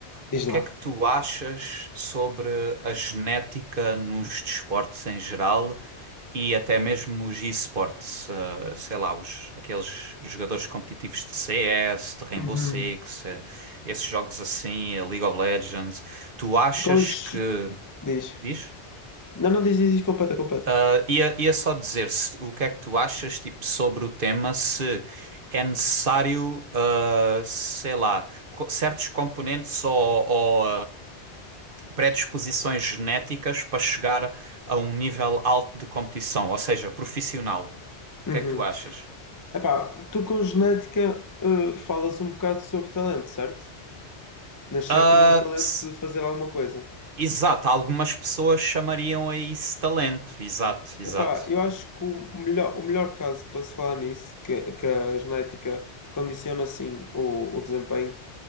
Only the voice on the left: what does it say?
diz
lá.
Uhum.
Com os...
Diz.
Não, não, diz, diz, diz, completa, completa.
Uhum.
Epá, tu com genética, eh, falas um bocado sobre talento, certo? Nascer
com o talento
de fazer alguma coisa.
Epá, eu acho que o melhor, o melhor caso para se falar nisso, que, que a genética condiciona assim o, o desempenho,